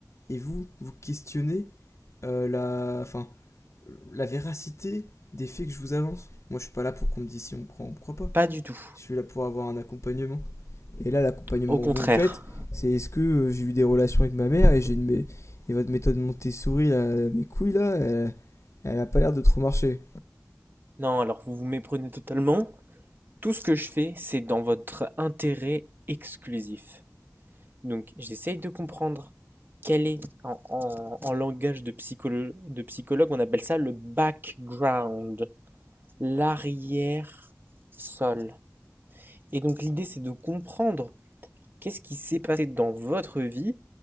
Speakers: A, on the left; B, on the right.
A: et vous, vous questionnez euh, la, enfin, la véracité des faits que je vous avance. Moi, je suis pas là pour qu'on me dise si on croit ou on croit pas.
B: Pas du tout,
A: Je suis là pour avoir un accompagnement. Et là, l'accompagnement
B: au contraire.
A: que vous me faites, c'est est-ce que euh, j'ai eu des relations avec ma mère et j'ai une et votre méthode Montessori, là, mes couilles là, elle, elle a pas l'air de trop marcher.
B: Non, alors vous vous méprenez totalement. Tout ce que je fais, c'est dans votre intérêt exclusif. Donc j'essaye de comprendre quel est, en, en- en langage de psycholo- de psychologue, on appelle ça le background, l'arrière-sol. Et donc l'idée, c'est de comprendre qu'est-ce qui s'est passé dans votre vie